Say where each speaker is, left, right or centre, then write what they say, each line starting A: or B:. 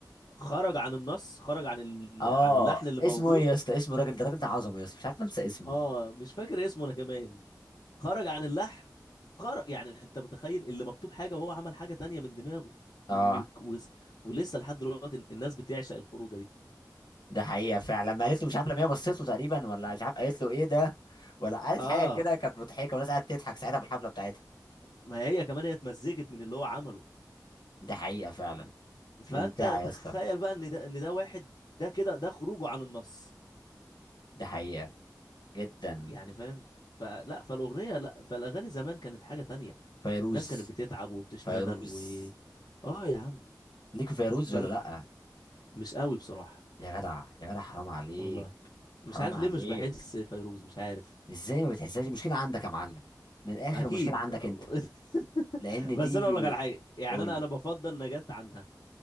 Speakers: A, on the left; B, on the left.
A: خرج عن النص خرج عن ال...
B: اه
A: عن اللحن اللي
B: اسمه
A: موجود
B: ايه يا اسطى اسمه الراجل ده الراجل ده عظمه يا اسطى مش عارف انسى اسمه
A: اه مش فاكر اسمه انا كمان خرج عن اللحن خرج يعني انت متخيل اللي مكتوب حاجه وهو عمل حاجه تانية من دماغه
B: اه
A: و... و... و... ولسه لحد دلوقتي الناس بتعشق الخروجه دي
B: ده حقيقة فعلا لما قالت له مش عارف لما هي بصيت له تقريبا ولا مش عارف قالت له ايه ده ولا قالت
A: اه
B: حاجة كده كانت مضحكة والناس قاعدة تضحك ساعتها في الحفلة بتاعتها
A: ما هي كمان هي اتمزجت من اللي هو عمله
B: ده حقيقة فعلا
A: فانت
B: ممتعة يا
A: تخيل
B: اسطى
A: بقى ان ده ان ده واحد ده كده ده خروجه عن النص
B: ده حقيقة جدا
A: يعني فاهم فلا فالاغنيه لا فالاغاني زمان كانت حاجه تانية
B: فيروز
A: الناس كانت بتتعب وبتشتغل
B: فيروز
A: و اه يا عم
B: ليك في فيروز
A: ب...
B: ولا لأ
A: مش قوي بصراحه
B: يا جدع يا جدع حرام عليك
A: والله مش
B: حرام
A: عارف
B: عليك
A: ليه مش بحس فيروز مش عارف
B: ازاي ما بتحسهاش المشكلة عندك يا معلم من الآخر
A: اكيد
B: المشكلة عندك انت
A: <laughs>
B: لأن
A: بس
B: دي
A: انا اقول لك على حاجه يعني
B: بقول
A: انا انا بفضل نجاة عنها